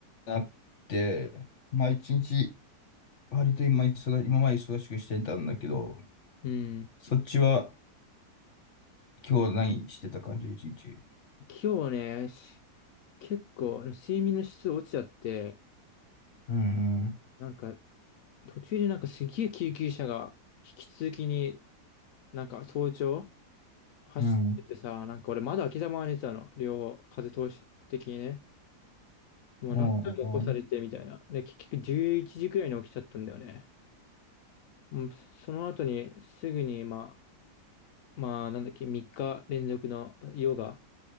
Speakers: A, on the left (about 45°); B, on the left (about 65°).
A: なって、まあ一日、割と今忙し、今まで忙しくしてたんだけど、
B: うん。
A: そっちは今日何してた感じ、一日。
B: 今日ね、し結構睡眠の質落ちちゃって、
A: うんうん。
B: なんか途中でなんかすげえ救急車が引き続きになんか早朝走っててさ、
A: うん。
B: なんか俺窓開けたまま寝てたの。両方風通し的にね。もう何回も起こされてみたいな。
A: うんうん。
B: で、結局11時くらいに起きちゃったんだよね。もうその後にすぐにまあ、まあなんだっけ、3日連続のヨガ